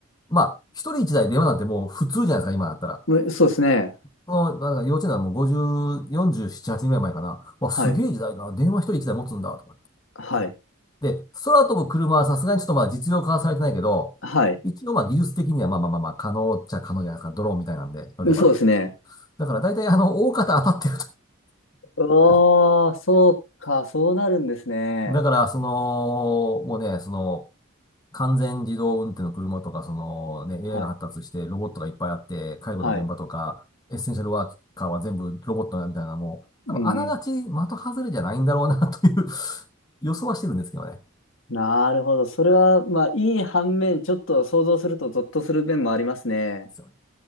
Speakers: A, on the left; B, on the left.
A: まあ、一人一台電話なんてもう普通じゃないですか、今だったら。
B: むそうですね。
A: その、なんか幼稚園はもう50、47、8年ぐらい前かな。わ、すげえ時代だな。
B: はい。
A: 電話一人一台持つんだ、とかっ
B: はい。
A: て。で、空飛ぶ車はさすがにちょっとまあ実用化はされてないけど、
B: はい。
A: 一応まあ技術的にはまあまあまあまあ可能っちゃ可能じゃないですか。ドローンみたいなんで乗れば。
B: そうですね。
A: だから大体あの、大方当たってると。
B: うわー、
A: <laughs>
B: そうか、そうなるんですね。
A: だから、その、もうね、その、完全自動運転の車とか、そのね、
B: はい。
A: AI が発達して、ロボットがいっぱいあって、介護の現場とか、
B: はい
A: エッセンシャルワーカーは全部ロボットだみたいな、もう、多分あながち的外れじゃないんだろうなという
B: うん。
A: <laughs> 予想はしてるんですけどね。
B: なるほど。それは、まあ、いい反面、ちょっと想像するとゾッとする面もありますね。
A: そう